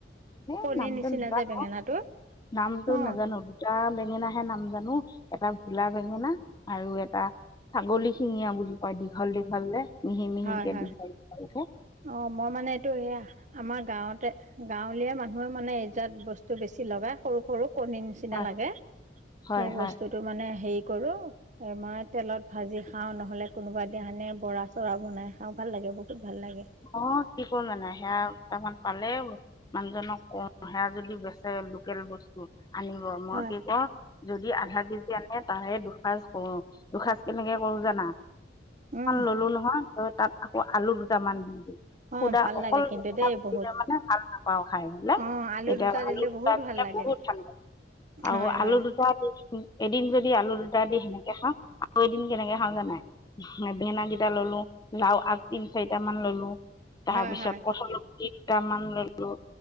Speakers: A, on the left; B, on the right.
A: এ
B: কণীৰ
A: নামটো
B: নিচিনা
A: নাজানো
B: যে বেঙেনাটো
A: নামটো
B: অ
A: নাজানো দুটা বেঙেনাহে নাম জানো এটা গোলা বেঙেনা আৰু এটা ছাগলী শিঙীয়া বুলি কয় দীঘল দীঘল যে। মিহি মিহি
B: হয়
A: কে
B: হয়
A: দীঘল দীঘল কে
B: অ মই মানে এইটো সেয়া আমাৰ গাঁৱতে গাঁৱলীয়া মানুহ। মানুহে মানে এইজাত বস্তু বেছি লগাই সৰু সৰু। কণীৰ নিচিনা
A: হয়
B: লাগে
A: হয়
B: সেই
A: হয়
B: বস্তুটো মানে হে কৰো এ মই তেলত ভাজি খাও নহলে কোনোবাদ দিনে বৰা বৰা বনাই খাওঁ ভাল লাগে বহুত ভাল লাগে।
A: অ কি কৰো জানাই সেয়া কেইটামান পালে মানুহজনক কওঁ সেয়া যদি বেচে লোকেল বস্তু। আনিব মই
B: হয়
A: কি ক যদি আধা কেজি। আনে তাহ দুসজ কৰো দুসজ কেনেকে কৰো জানা।
B: উম
A: ললো নহয় ত। তাত আকৌ আলু। মান দি।
B: অ
A: খুদা
B: ভাল
A: অকল
B: লাগে কিন্তু
A: মেখেলা
B: দেই
A: মতিিলে
B: বহুত।
A: মানে ভাল নাপাওঁ খাই হলে
B: অ
A: এতিয়া
B: দুটা
A: আলু
B: দিলে
A: দুটা
B: বহুত
A: দিলে
B: ভাল লাগে।
A: বহুত ভাল লাগে আৰু
B: হয় হয়
A: আলু দুটা দি এদিন যদি আলু দুটা দি সেনে। খা আৰু এদিন কেনেকে খাওঁ জানাই বেন কেইটা ললো লাও আগ। চাৰট মান ললো। তাৰ
B: হয়
A: পিছত
B: হয়
A: কথ। কেইতমান ললো।